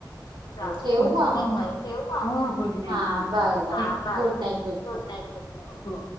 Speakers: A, on the left; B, on the right.
A: चालेल
B: ठेवू
A: हो
B: मग
A: हो ठेऊ म आता हो गुड नाईट
B: हा
A: गुड नाईट
B: बाय
A: ठेव हा बाय
B: गुड
A: बाय हो
B: night
A: good night good night हो